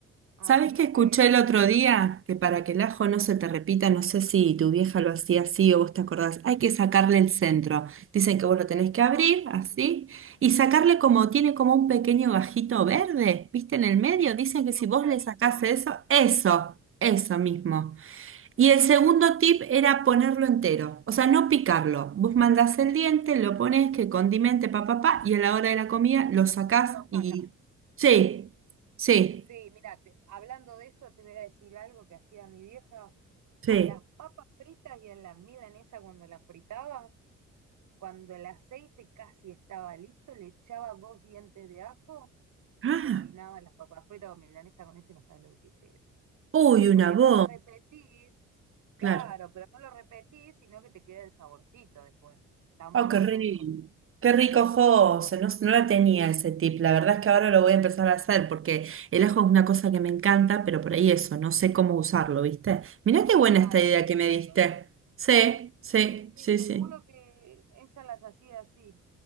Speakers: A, on the right; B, on the right.
A: así
B: ¿Sabes qué escuché
A: que,
B: el otro día? Que para
A: eh,
B: que el ajo no se te repita, no sé si tu vieja lo hacía así o vos te acordás, hay que sacarle el centro. Dicen que vos lo tenés que
A: ah,
B: abrir
A: sí,
B: así y sacarle como tiene como un pequeño gajito verde, ¿viste? En el medio. Dicen que
A: que
B: si
A: un
B: vos
A: cabito
B: le sacás eso, eso, eso mismo. Y el segundo tip era ponerlo entero, o sea, no picarlo. Vos mandás el diente, lo pones, que condimente, pa, pa, pa, y a la hora de la comida lo sacás
A: lo sacas.
B: y... Sí, sí,
A: Sí, mira, te- hablando de eso, te voy a decir algo que hacía mi vieja.
B: sí.
A: A las papas fritas y a la milanesa cuando las fritaba, Cuando el aceite casi estaba listo, le echaba dos dientes de ajo y
B: Ah,
A: cocinaba las papas fritas con milanesa con eso y no sabes lo que queda.
B: uy, una
A: Porque
B: bomba,
A: no lo repetís, claro,
B: claro.
A: pero no lo repetís, sino que te queda el saborcito después. Está muy
B: Oh,
A: bueno
B: qué rico.
A: eso.
B: Qué rico, José. No, no la tenía ese tip. La verdad es que ahora lo voy a empezar a hacer porque el ajo es una cosa que me encanta, pero por ahí eso, no sé cómo usarlo, ¿viste? Mirá qué buena
A: Claro,
B: esta idea
A: te cae
B: que
A: pesado.
B: me diste. Sí, sí,
A: Sí, sí,
B: sí,
A: te
B: sí.
A: juro que ella las hacía así.